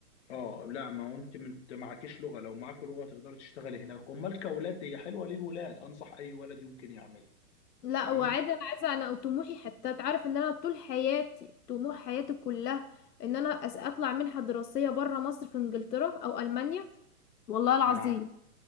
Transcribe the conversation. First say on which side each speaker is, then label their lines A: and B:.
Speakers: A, on the left (about 45°); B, on the left (about 85°).
A: اه لا ما هو انت من- انت معكيش لغه لو معاك لغه تقدر تشتغل هناك امال كاولاد هي حلوه للولاد انصح اي ولد يمكن يعملها
B: لا
A: تمام
B: وعايزه انا عايزه انا طموحي حتى تعرف ان انا طول حياتي طموح حياتي كلها ان انا أس- اطلع منحه دراسيه بره مصر في انجلترا او المانيا والله العظيم
A: ما انا ع-